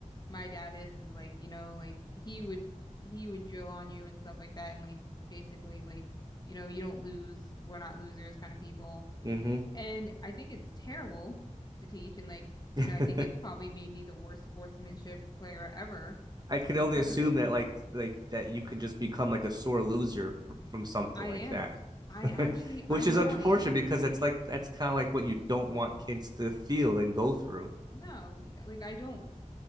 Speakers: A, on the left (about 30°); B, on the right (about 30°).
A: my dad is, is like, you know, like he would, he would drill on you and stuff like that. And like basically, like, you know, you don't lose. We're not losers kind of people.
B: Mm-hmm.
A: And I think it's terrible to teach. And like,
B: <laughs>
A: you know, I think it's probably made me the worst sportsmanship player ever
B: I could
A: because
B: only assume
A: of this.
B: that like like that you could just become like a sore loser from something
A: I
B: like
A: am.
B: that.
A: I
B: <laughs>
A: actually,
B: Which
A: I know
B: is unfortunate
A: I am.
B: because that's like that's kind of like what you don't want kids to feel and go through.
A: No, like I don't,